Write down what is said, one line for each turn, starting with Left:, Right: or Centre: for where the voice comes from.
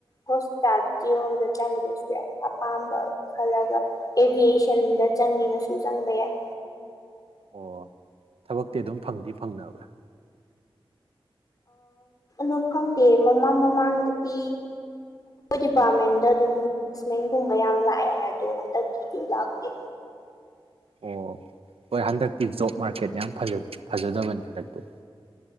Left: ꯍꯣꯁꯄꯤꯇꯥꯜꯒꯤꯤꯔꯣꯝꯗ ꯆꯪꯗꯣꯏꯁꯦ ꯑꯄꯥꯝꯕ ꯈꯜꯂꯒ ꯑꯦꯚꯌꯦꯁꯟꯗ ꯗ ꯆꯪꯉꯅꯁꯨ ꯆꯪꯕ ꯌꯥꯏ
Right: ꯑꯣ ꯊꯕꯛꯇꯤ ꯑꯗꯨꯝ ꯐꯪꯗꯤ ꯐꯪꯅꯕ꯭ꯔꯥ
Left: ꯑ ꯈꯪꯗꯦ ꯃꯣꯃꯥ ꯃꯣꯃꯥꯟ ꯗꯄꯤ ꯗꯤꯄꯥꯔꯠꯃꯦꯟꯗ
Right: ꯎꯝ
Left: ꯑꯗꯨꯝ ꯦꯁꯃꯦꯟꯒꯨꯝꯕ ꯌꯥꯝ ꯂꯥꯛꯑꯦ ꯍꯥꯏꯗꯨꯣ ꯍꯟꯗꯛꯀꯤꯗꯤ ꯂꯥꯛꯇꯦ
Right: ꯑꯣ ꯍꯣꯏ ꯍꯟꯗꯛꯇꯤ ꯖꯣꯕ ꯃꯥꯔꯀꯦꯠ ꯌꯥꯝ ꯐꯖꯗꯕꯅꯦ ꯍꯟꯗꯛꯇꯤ <unintelligible>